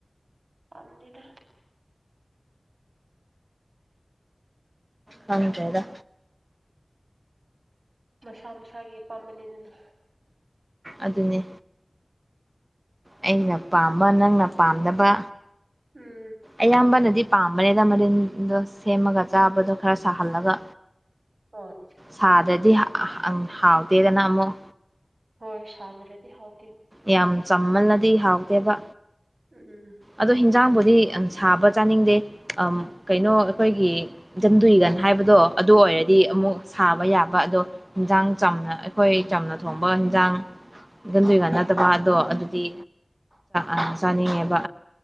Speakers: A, on the right; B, on the right.
A: ꯀꯗꯤꯗ
B: ꯍꯗꯦꯗ
A: ꯃꯁꯥ ꯃꯁꯥꯒꯤꯄꯥ ꯃꯅꯤꯗꯨꯅ
B: ꯑꯗꯨꯅꯦ ꯑꯩꯅ ꯄꯥꯝꯕ ꯅꯪꯅ ꯄꯥꯝꯗꯅꯕ
A: ꯎꯝ
B: ꯑꯌꯥꯝꯕꯅꯗꯤ ꯄꯥꯝꯕꯅꯦꯅ ꯃꯔꯤꯜꯗꯣ ꯁꯦꯝꯃꯒ ꯆꯥꯕꯗꯣ ꯈꯔ ꯁꯥꯍꯜꯂꯒ
A: ꯍꯣꯏ
B: ꯁꯥꯗ꯭ꯔꯗꯤ ꯍꯥꯎꯇꯦꯗꯅ ꯑꯃꯨꯛ
A: ꯍꯣꯏ ꯁꯥꯗ꯭ꯔꯗꯤ ꯍꯥꯎ
B: ꯌꯥꯝ ꯆꯝꯃꯜꯅꯗꯤ ꯍꯥꯎꯗꯦꯕ
A: ꯎꯝ
B: ꯑꯗꯣ ꯍꯤꯟꯖꯥꯡꯕꯨꯗꯤ ꯁꯥꯕ ꯆꯥꯅꯤꯡꯗꯦ ꯀꯩꯅꯣ ꯑꯩꯈꯣꯏꯒꯤ ꯖꯟꯗꯨꯏꯒ ꯍꯥꯏꯕꯗꯣ ꯑꯗꯨ ꯑꯣꯏꯔꯗꯤ
A: ꯎꯝ
B: ꯑꯃꯨꯛ ꯁꯥ ꯊꯕ ꯌꯥꯕ ꯑꯗꯣ ꯍꯟꯖꯥꯡ ꯆꯝꯅ ꯑꯩꯈꯣꯏ ꯆꯝꯅ ꯊꯣꯡꯕ ꯌꯦꯟꯖꯥꯡ ꯒꯟꯗꯣꯏꯀ ꯅꯠꯇꯕ ꯑꯗꯣ ꯑꯗꯨꯗꯤ ꯑ ꯆꯥꯅꯤꯡꯉꯦꯕ